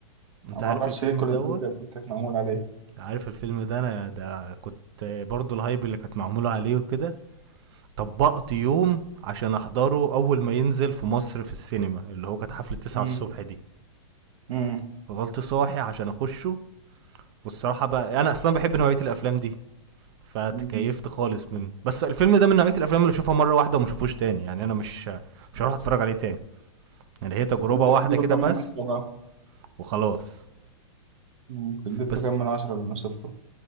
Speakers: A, on the right; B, on the right.
A: انت
B: انا ما
A: عارف
B: اعرفش
A: الفيلم
B: ليه كل
A: دوت
B: الضجه كانت معمول عليه
A: عارف الفيلم ده انا ده كنت برضه الهايب اللي كانت معموله عليه وكده طبقت يوم عشان احضره اول ما ينزل في مصر في السينما اللي هو كانت حفله 9
B: امم
A: الصبح دي
B: امم
A: فضلت صاحي عشان اخشه والصراحه بقى انا اصلا بحب نوعيه الافلام دي فتكيفت
B: أمم.
A: خالص منه بس الفيلم ده من نوعيه الافلام اللي اشوفها مره واحده وما اشوفوش تاني يعني انا مش مش هروح اتفرج عليه تاني يعني هي تجربه
B: انت
A: واحده
B: تديله
A: كده
B: كام
A: بس
B: من عشرة بقى
A: وخلاص
B: امم اديت
A: بس
B: له كام من عشرة لما شفته